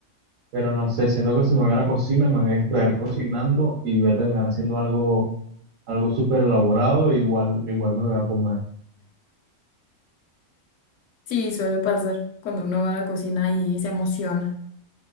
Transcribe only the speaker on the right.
Pero no sé, siento que si me voy a la cocina, me voy a distraer cocinando y voy a terminar haciendo algo, algo súper elaborado, e igual, igual me lo voy a comer.